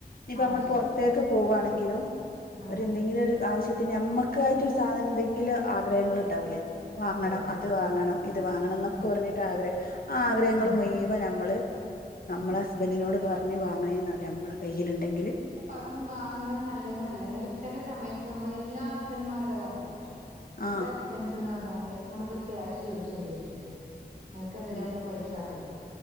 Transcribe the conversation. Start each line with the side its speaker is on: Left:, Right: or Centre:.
Left: ഇനിയിപ്പ
Right: ആവശ്യമില്ല
Left: നമ്മള് പുറത്തേക്ക്
Right: ശരി
Left: പോവാണെങ്കിലും
Right: ആ
Left: ഒരു എന്തെങ്കിലും ഒര് ആവശ്യ ത്തിന് നമ്മക്കായിട്ട് ഒരു സാധനം എന്തെങ്കിലും ആഗ്രഹങ്ങള് ഇണ്ടാവൂല്ലേ വാങ്ങണം
Right: അതെ അതെ
Left: അത്
Right: അതെ
Left: വാങ്ങണം
Right: അതെ
Left: ഇത് വാങ്ങണം എന്നൊക്കെ
Right: ഉം
Left: പറഞ്ഞിട്ട് ആഗ്രഹം ആ ആഗ്രഹങ്ങള്
Right: ഉം
Left: മുഴ് ‌വൻ നമ്മള് നമ്മളെ
Right: ഉം
Left: ഹസ്ബന്റിനോട് പറഞ്ഞ് വാങ്ങണെലും നമ്മളെ കയ്യില്ണ്ടെങ്കില്
Right: പിന്നെ പറഞ്ഞ് വാങ്ങണം നല്ലത് എന്നല്ല ചില സമയത്ത് നമ്മള് എല്ലാ ഹസ്ബന്റ്മാരുടെ കാര്യം അല്ലട്ടോ ചെല
Left: ആ
Right: ഹസ്‌ബെന്റ്സ് എന്ന് പറഞ്ഞാല് നമ്മളിപ്പോ ഒരു ക്യാഷ് ചോയിച്ച് എന്തെങ്കിലും വിചാരിച്ചോ അനക്കെന്തിനാ
Left: ഉം
Right: ഇപ്പ പൈസാന്ന് ചോയിക്കും